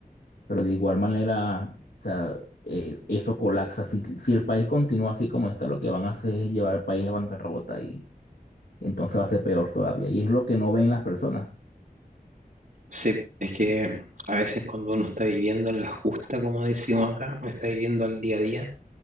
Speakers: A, on the left (about 75°); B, on the right (about 70°).
A: pero de igual manera, o sea, eh, eso colapsa, si, si el país continúa así como está, lo que van a hacer es llevar al país a bancarrota y entonces va a ser peor todavía, y es lo que no ven las personas,
B: Sí, es que a veces cuando uno está viviendo en la justa, como decimos acá, está viviendo al día a día,